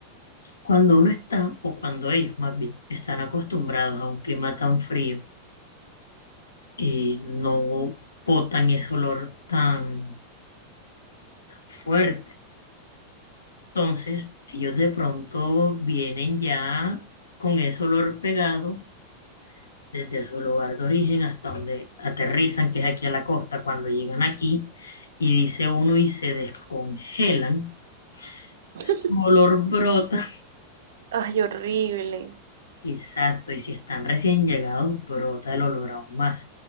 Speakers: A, on the left (about 70°); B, on the right (about 60°).
A: cuando uno está, o cuando ellos más bien, están acostumbrados a un clima tan frío, eh, no botan ese olor tan fuerte. Entonces, ellos de pronto vienen ya con ese olor pegado desde su lugar de origen hasta donde aterrizan, que es aquí a la costa, cuando llegan aquí, y dice uno y se descongelan,
B: <laughs>
A: su olor brota
B: Ay, horrible.
A: Exacto, y si están recién llegados, brota el olor aún más.